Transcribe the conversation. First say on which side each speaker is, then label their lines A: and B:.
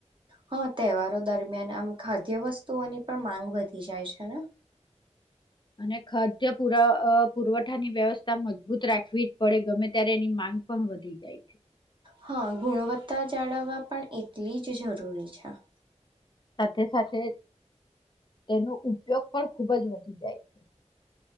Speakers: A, on the right; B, on the left.
A: હા તહેવારો દરમિયાન આમ ખાદ્ય વસ્તુઓની પણ માંગ વધી જાય છે ને.
B: અને ખર્દ પુરા પુરવઠાની વ્યવસ્થા મજબૂત રાખવી જ પડે ગમે ત્યારે એની માંગ પણ વધી જાય છે.
A: હા ગુણવત્તા જાળવવા પણ એટલી જ જરૂરી છે.
B: સાથે સાથે તેનો ઉપયોગ પણ ખુબ જ વધી જાય છે.